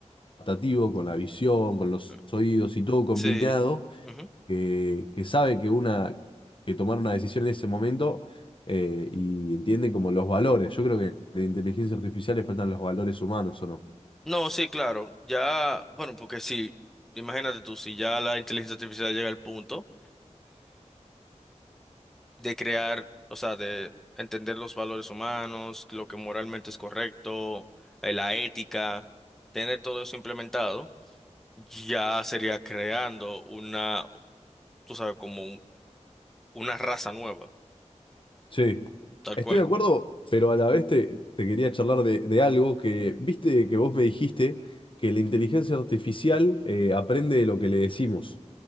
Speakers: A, on the left (about 45°); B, in the centre.
A: adaptativo, con la visión, con los
B: Mm.
A: oídos y todo combinado,
B: Sí. Ujú.
A: que, que sabe que una, que tomar una decisión en ese momento eh, y entiende como los valores. Yo creo que en la inteligencia artificial le faltan los valores humanos, ¿o no?
B: No, sí, claro. Ya, bueno, porque si, imagínate tú, si ya la inteligencia artificial llega al punto de crear, o sea, de entender los valores humanos, lo que moralmente es correcto, eh, la ética, tener todo eso implementado, ya sería creando una, tú sabes, como un- una raza nueva,
A: Sí.
B: tal
A: Estoy
B: cual.
A: de acuerdo, pero a la vez te, te quería charlar de, de algo que, viste que vos me dijiste que la inteligencia artificial eh, aprende de lo que le decimos.